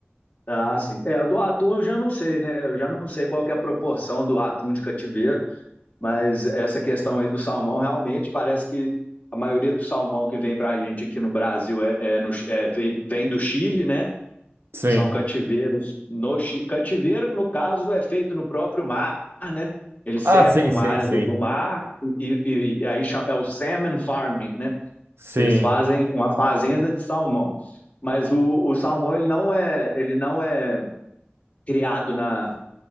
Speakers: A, on the left (about 40°); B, on the right (about 80°).
A: Ah, sim. É, do atum eu já não sei, né? Eu já não sei qual que é a proporção do atum de cativeiro, mas essa questão aí do salmão realmente parece que a maioria do salmão que vem para a gente aqui no Brasil é, é, no, é vem, vem do Chile, né?
B: Sim.
A: São cativeiros no Cativeiro, no caso, é feito no próprio mar, né? Eles
B: Ah,
A: cercam
B: sim,
A: uma
B: sim,
A: área
B: sim.
A: do, do mar e, e, e aí chama, é o salmon farming, né?
B: Sim.
A: Eles fazem uma fazenda de salmão. Mas o, o salmão ele não é ele não é criado na,